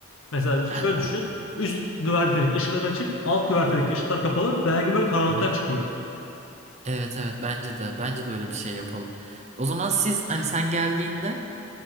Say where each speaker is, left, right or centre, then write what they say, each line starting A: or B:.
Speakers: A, on the left; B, on the right.
A: Mesela şöyle
B: Ben de.
A: düşün. Üst güvertedeki ışıklar açık, alt güvertedeki ışıklar kapalı. Belki böyle karanlıktan
B: Aha.
A: çıkıyor.
B: Evet evet bence de bence de öyle bir şey yapalım. O zaman siz hani sen geldiğinde